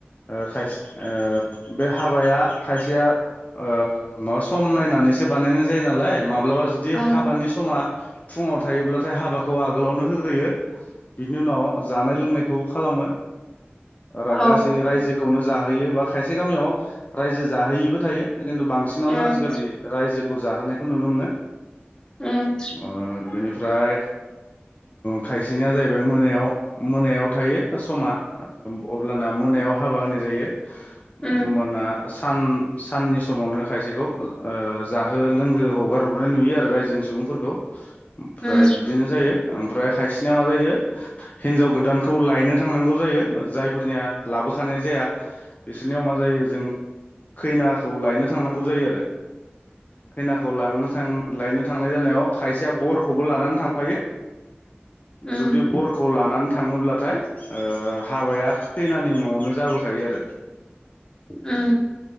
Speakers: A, on the left; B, on the left.
A: ओ खायसे ओ‌ बे हाबाया खायसेया ओ <unintelligible> सम नायनानैसो बानायनाय जायो नालाय। माब्लाबा जुदि
B: औ
A: हाबानि समा फुङाव थायोब्लाथाय हाबाखौ आगोलावनो होग्रोयो बिनि उनाव जानाय लोंनायखौ खालामो। ओ रा
B: औ
A: गासै रायजोखौनो जाहोयो बा खायसे गामियाव रायजो जाहैयिबो थायो। खिन्थु बांसिनावनो
B: उम
A: आजिखालि रायजो खौशजाहोनायखौ नुनो मोनो।
B: उम
A: <inaudible> ओ बेनिफ फ्राय खायसेनिया जाहैबाय मोनायाव मोनायाव थायो समा अब्लाना मोनायाव हाबा होनाय जायो।
B: उम
A: ओमबाना सान साननि समावनो खायसेखौ ओ जाहो लोंहो हगार हरग्रोनाय नुयो आरो रायजोनि सुबुंफोरखौ ओमफ्राय
B: उम
A: बिदिनो जायो। ओमफ्राय खायसेनिया मा जायो हिन्जाव गोदानखौ लायनो थांनांगौ जायो जायफोरनिया लाबोखानाय जाया बिसोरनियाव मा जायो जों खैनाखौ लायनो थांनांगौ जायो आरो। खैनाखौ लांनो थां <unintelligible> लायनो थांनाय जानायाव खायसेया बरखौबो लानानै थांफायो।
B: उम
A: जुदि बरखौ लानानै थाङोब्लाथाय ओ हाबाया खैनानि न'आवनो जाबोखायो आरो।
B: उम